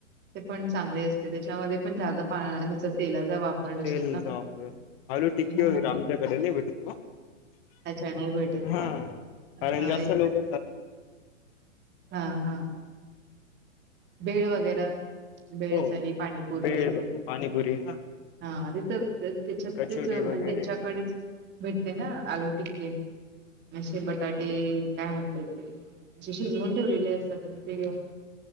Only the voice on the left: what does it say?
तेल
वापर आलू टिक्की
वगैरे आमच्याकडे नाही भेटू
हा
कारण
जास्त
लोक
हो
भेळ
पाणीपुरी हा
कचोरी
वगैरे